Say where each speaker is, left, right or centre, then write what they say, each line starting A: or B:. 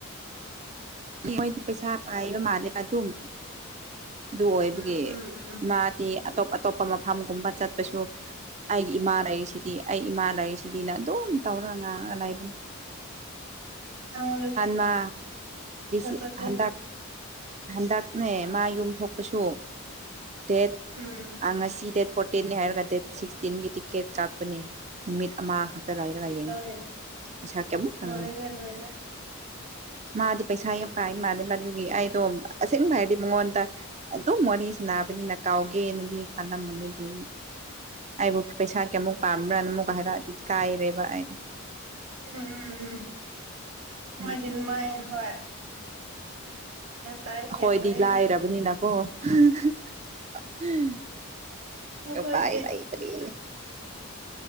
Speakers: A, on the right; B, on the right.
A: ꯃꯣꯏ ꯄꯩꯁꯥ ꯄꯥꯏꯕ ꯃꯥꯔꯂꯦ ꯄ ꯑꯗꯨꯨꯝ ꯑꯗꯨꯗꯨ ꯑꯣꯏꯕꯒꯤ
B: ꯎꯝ ꯎꯝ ꯎꯝ
A: ꯃꯥꯗꯤ ꯑꯇꯣꯞ ꯑꯇꯣꯞꯄ ꯃꯐꯝꯒꯨꯝꯕ ꯆꯠꯄꯁꯨ ꯑꯩꯒꯤ ꯏꯃꯥ ꯂꯩꯔꯤꯁꯤꯗꯤ ꯑꯩ ꯏꯃꯥ ꯂꯩꯔꯤꯁꯤꯗꯤꯅ ꯑꯗꯨꯝ ꯇꯧꯔ ꯉꯥꯡꯉ ꯂꯩꯕꯅꯤ
B: ꯑꯩꯉꯣꯟꯗꯁꯨ
A: ꯅ ꯁꯤ
B: ꯆꯠꯁꯦ
A: ꯍꯟꯗꯛ ꯍꯟꯗꯛꯅꯦ ꯃꯥ ꯌꯨꯝ ꯊꯣꯛꯄꯁꯨ ꯗꯦꯠ
B: ꯎꯝ
A: ꯑ ꯉꯁꯤ ꯗꯦꯠ ꯐꯣꯔꯇꯤꯦ ꯍꯥꯏꯔꯒ ꯗꯦꯠ ꯁꯤꯛꯁꯇꯤꯟꯒꯤ ꯇꯤꯀꯦꯠ ꯀꯥꯞꯄꯅꯦ ꯅꯨꯃꯤꯠ ꯑꯃꯈꯛ ꯂꯥꯏ ꯀ
B: ꯂꯣꯏ
A: ꯄꯁꯥꯀ ꯃꯠꯇ
B: ꯂꯣꯏꯔꯦ ꯂꯣꯏꯔꯦ
A: ꯃꯥꯗꯤ ꯄꯩꯁꯥ ꯄꯥꯏ ꯃꯥꯅꯦ ꯃꯥ ꯑꯗꯨꯒꯤ ꯑꯩꯗꯣ ꯑꯁꯦꯡꯕ ꯍꯥꯏꯔꯗꯤ ꯃꯉꯣꯟꯗ ꯑꯗꯨꯝ ꯋꯥꯔꯤ ꯁꯥꯟꯅꯕꯅꯤꯅ ꯀꯥꯎꯒꯦꯅꯗꯤ ꯈꯜꯂꯝꯃꯅꯤ ꯑꯗꯨ ꯑꯩꯕꯨ ꯄꯩꯁꯥ ꯀꯌꯥꯃꯨꯛ ꯄꯥꯝꯕ꯭ꯔꯅ ꯑꯃꯨꯛꯀ ꯍꯥꯏꯔꯛꯑꯗꯤ ꯀꯥꯏꯔꯦꯕ ꯑꯩ
B: ꯎꯝ ꯎꯝ ꯎꯝ
A: ꯑꯩꯈꯣꯏꯗꯤ
B: ꯃꯣꯏꯗ ꯃꯥꯏ ꯍꯣꯏ ꯒ꯭ꯌꯥꯟ ꯇꯥꯏ ꯒ꯭ꯌꯥꯟ
A: ꯍꯣꯏꯗꯤ
B: ꯇꯥꯏ
A: ꯂꯥꯏꯔꯕꯅꯤꯅꯀꯣ
B: ꯑꯩꯁꯨ
A: <unintelligible>
B: ꯑꯩꯈꯣꯏꯗꯤ
A: ꯎ ꯄꯥꯏ ꯂꯩ ꯏꯇꯔꯤ